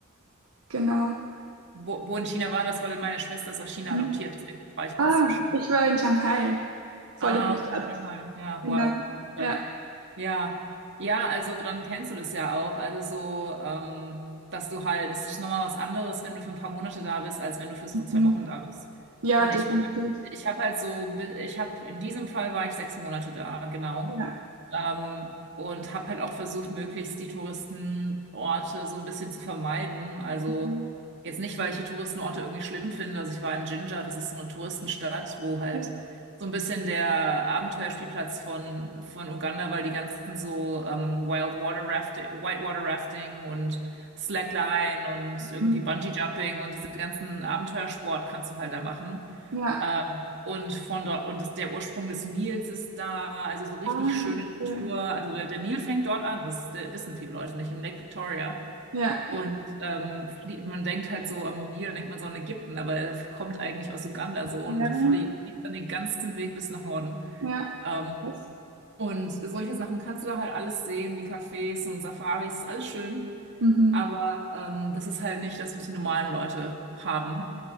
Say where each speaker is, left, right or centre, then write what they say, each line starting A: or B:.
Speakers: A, on the right; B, on the right.
A: genau.
B: Wo, wo in China war das? Weil meine Schwester ist aus China
A: Hm.
B: adoptiert. Deswegen frage ich
A: Ah,
B: kurz zwischen.
A: ich war in Shanghai, voll
B: Ah,
A: in der
B: okay,
A: Stadt.
B: Shanghai. Ja,
A: Genau.
B: wow. Gute Stadt.
A: Ja,
B: Ja. Ja, also dann kennst du das ja auch. Also so, ähm, dass du halt, es ist nochmal was anderes, wenn du für ein paar Monate da bist, als wenn du für so
A: mhm.
B: zwei Wochen da bist.
A: Ja,
B: Und
A: definitiv.
B: ich war, ich habe halt so, ein bi- ich habe, in diesem Fall war ich sechs Monate da, genau.
A: Ja.
B: Ähm, und habe halt auch versucht, möglichst die Touristenorte so ein bisschen zu vermeiden. Also
A: Mhm.
B: jetzt nicht, weil ich die Touristenorte irgendwie schlimm finde. Also ich war in Jinja, das ist so eine Touristenstadt, wo halt
A: Ja.
B: so ein bisschen der Abenteuerspielplatz von, von Uganda, weil die ganzen so ähm, Wild Water Rafting, Whitewater Rafting und Slackline und irgendwie
A: Mhm.
B: Bungee Jumping und diese ganzen Abenteuersport kannst du halt da machen.
A: Ja.
B: Ähm, und von dort, und das, der Ursprung des Nils ist da, also so richtig
A: Ah,
B: schöne
A: okay.
B: Natur. Also der, der Nil fängt dort an, das äh, wissen viele Leute nicht, im Lake Victoria.
A: Ja,
B: Und ähm, flie- man denkt halt so am Nil, denkt man so an Ägypten, aber er kommt eigentlich aus Uganda so
A: ja,
B: und flie- fließt dann den ganzen Weg bis nach Norden.
A: ja.
B: Ähm,
A: Das.
B: und solche Sachen kannst du da halt alles sehen, die Cafés und Safaris, ist alles schön.
A: Mhm.
B: Aber ähm, das ist halt nicht das, was die normalen Leute haben.